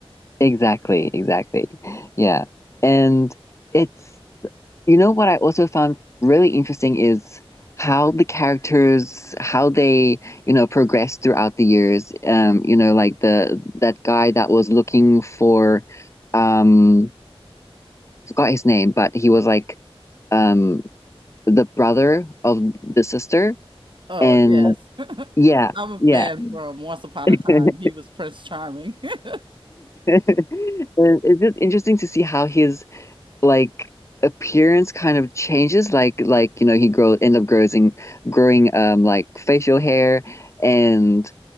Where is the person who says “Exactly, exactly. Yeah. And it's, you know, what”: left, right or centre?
Left